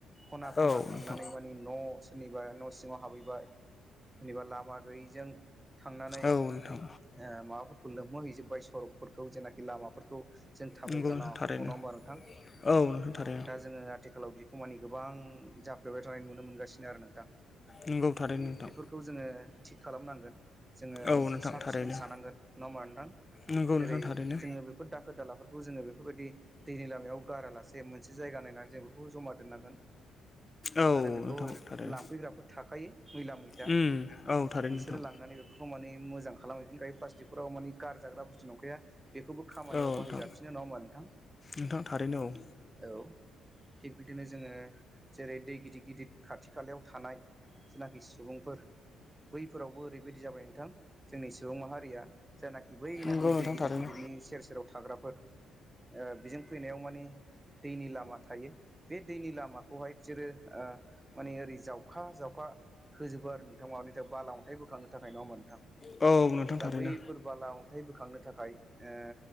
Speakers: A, on the right (about 15°); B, on the left (about 25°).
A: खना खनला
B: औ नोंथां
A: थांनानै मानि न' सोरनिबा न' सिङाव हाबहैबाय सोरनिबा लामा गैयिजों थांनानै
B: औ
A: ओ
B: नोंथां
A: माबाफोरखौ लोमोहो हैजोबबाय सरकफोरखौ जेनाखि लामाफोरखौ जों थाबायग्रा
B: नंगौ नोंथां
A: लामाफोरखौ
B: थारैनो
A: नङा होमबा नोंथां
B: औ नोंथां थारैनो
A: दा जोङो आथिखालाव बिखौ मानि गोबां जाफ्लेबाय थानाय नुनो मोनगासिनो आरो नोंथां
B: नंगौ थारैनो नोंथां
A: खौ जोङो थि खालामनांगोन जोङो
B: औ नोंथां
A: साब
B: थारैनो
A: सिखोन थानांगोन नङा होमबा नोंथां
B: नंगौ
A: जेरै
B: नोंथां थारैनो
A: जोङो बे <unintelligible> दाखोर दालाफोरखौ जोङो बेफोरबायदि दैनि लामायाव गारालासे मोनसे जायगा नायनानै जों बेखौ जमा दोननांगोन
B: औ
A: आरो बेखौ
B: नोंथां थारैनो
A: लांफैग्राफोर थाखायो मैला मैथा
B: उम औ थारैनो
A: बिसोरो
B: नोंथां
A: लांनानै बेखौ माने मोजां खालामहैफिनखायो प्लास्टिकफोराव माने गारजाग्रा बुस्थु नंखाया बेखौबो खामानियाव
B: औ
A: बाहायजाबफिनो
B: नोंथां
A: नङा होमब नोंथां
B: नोंथां थारैनो औ
A: औ थिग बिदिनो जोङो जेरै दै गिदिद गिदिद खाथि खालायाव थानाय जेनाखि सुबुंफोर बैफोरावबो ओरैबायदि जाबाय नोंथां जोंनि सुबुं माहारिया जेनाखि बैनाखि
B: नंगौ नोंथां
A: दै गिदिर
B: थारैनो
A: गिदिरनि सेर सेराव थाग्राफोर ओ बेजों फैनायाव माने दैनि लामा थायो बे दैनि लामा खौहाय बिसोरो ओ माने ओरै जावखा जावखा होजोबो आरो नोंथां माबानि बाला अन्थाइ बोखांनो थाखाय नङा होमबा नोंथां
B: औ नोंथां
A: दा
B: थारैनो
A: बैफोर बाला अन्थाइ बोखांनो थाखाय ओ